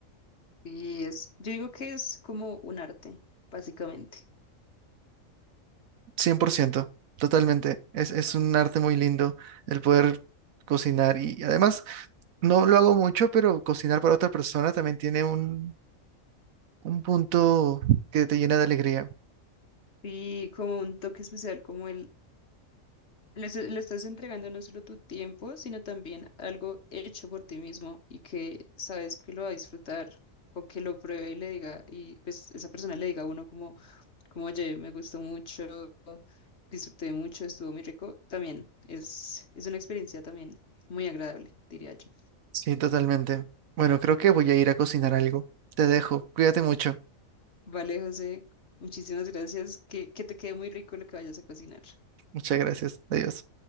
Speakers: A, on the left; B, on the right.
A: Y es, yo digo que es como un arte, básicamente.
B: cien por ciento totalmente. Es, es un arte muy lindo el poder cocinar y además no lo hago mucho, pero cocinar para otra persona también tiene un, un punto que te llena de alegría.
A: Y como un toque especial, como Le, est- le estás entregando no solo tu tiempo, sino también algo hecho por ti mismo y que sabes que lo va a disfrutar o que lo pruebe y le diga, y pues esa persona le diga a uno como, como, oye, me gustó mucho, disfruté mucho, estuvo muy rico. También es, es una experiencia también muy agradable, diría yo.
B: Sí, totalmente. Bueno, creo que voy a ir a cocinar algo. Te dejo. Cuídate mucho.
A: Vale, José, muchísimas gracias. Que, que te quede muy rico lo que vayas a cocinar.
B: Muchas gracias. Adiós.